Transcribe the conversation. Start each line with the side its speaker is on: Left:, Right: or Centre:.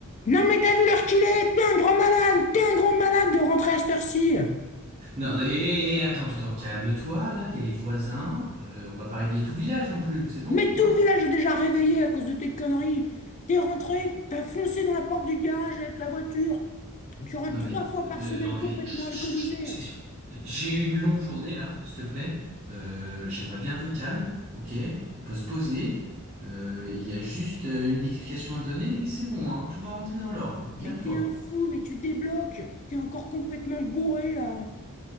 Left: Non mais t'as vu l'heure qu'il est T'es un grand malade T'es un grand malade de rentrer à cette heure-ci
Right: Non, et, et- et attends, attends, calme-toi, là, il y a les voisins, euh, on va pas réveiller tout le village non plus, c'est bon,
Left: Mais tout
Right: non?
Left: le village est déjà réveillé à cause de tes conneries T'es rentré, t'as foncé dans la porte du garage avec la voiture Tu rentres
Right: Non
Left: trois
Right: mais,
Left: fois
Right: euh,
Left: par semaine
Right: non,
Left: complètement
Right: et- chut,
Left: alcoolisé
Right: chut, chut, chut. j'ai eu une longue journée là, s'il te plaît, Euh, j'aimerais bien un peu de calme, ok? On peut se poser, Euh, il y a juste euh, une explication à te donner et c'est bon, hein, tout va rentrer dans l'ordre, calme-toi.
Left: Mais t'es un fou, mais tu débloques T'es encore complètement bourré là